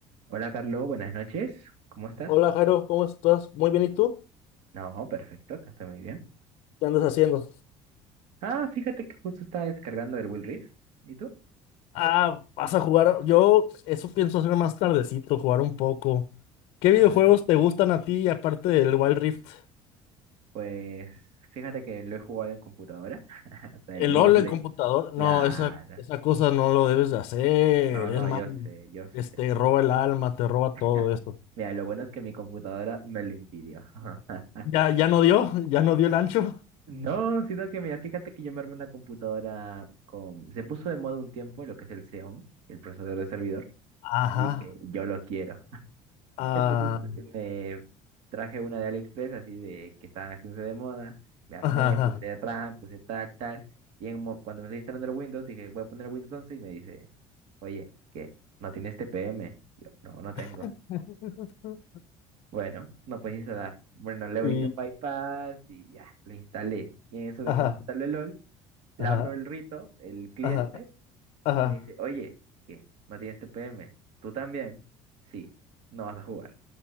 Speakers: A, on the right; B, on the left.
A: Hola Carlos, buenas noches. ¿Cómo estás?
B: Hola Jairo, ¿cómo estás? Muy bien, ¿y tú?
A: No, perfecto, acá estoy muy bien.
B: ¿Qué andas haciendo?
A: Ah, fíjate que justo estaba descargando el Will Rift. ¿Y tú?
B: Ah, vas a jugar. Yo eso pienso hacer más tardecito, jugar un poco. ¿Qué videojuegos
A: Ah,
B: te gustan a ti aparte del Wild Rift?
A: pues fíjate que lo he jugado en computadora. <laughs> O sea,
B: El
A: el League
B: LOL,
A: of Legends.
B: el computador. No,
A: Claro.
B: esa, esa cosa no lo debes de hacer.
A: No, no,
B: Es malo.
A: yo sé, yo
B: Este,
A: sé.
B: roba el alma, te roba
A: <laughs>
B: todo eso.
A: Mira, lo bueno es que mi computadora me lo impidió. <laughs>
B: Ya, ya no dio, ya no dio el ancho.
A: No, sino que mira, fíjate que yo me armé una computadora con... Se puso de moda un tiempo lo que es el Xeon, el procesador de servidor.
B: Ajá.
A: Y dije, yo lo quiero.
B: Ah,
A: Entonces me traje una de AliExpress, así de que estaban haciéndose de moda, me armé,
B: ajá. ajá.
A: puse atrás, puse tal, tal, y en mo- cuando me estoy instalando el Windows, dije, voy a poner el Windows 11 y me dice, oye, ¿qué? ¿No tienes TPM? Yo, no, no tengo.
B: <laughs>
A: Bueno, no puedes instalar. Bueno, le
B: Y.
A: hice un bypass y ya, le instalé. Y en eso de
B: Ajá.
A: que me instaló el LOL, le
B: Ajá.
A: abro el rito, el cliente,
B: Ajá. Ajá.
A: y me dice, oye, ¿qué? ¿No tienes TPM? ¿Tú también? Sí, no vas a jugar.